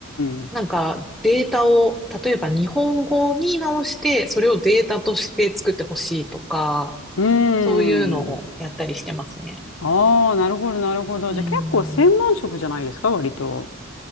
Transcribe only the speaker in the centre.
なんか、データを、例えば日本語に直して、それをデータとして作ってほしいとか、
そういうのをやったりしてますね。
うん。